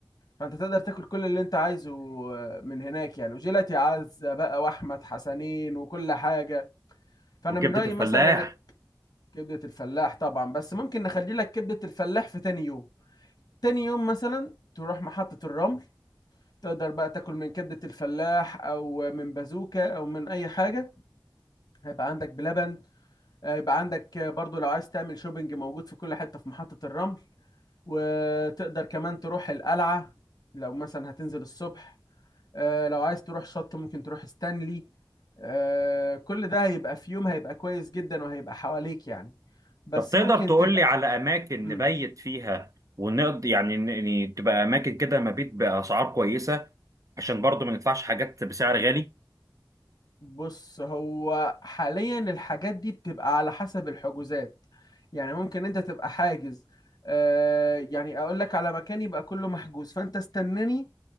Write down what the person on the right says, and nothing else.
وكبدة
الفلاح
طب تقدر
تقول
لي على اماكن
نبيت فيها ونقضي يعني ن- ن- تبقى اماكن كده مبيت باسعار كويسة عشان برضو ما ندفعش حاجات بسعر غالي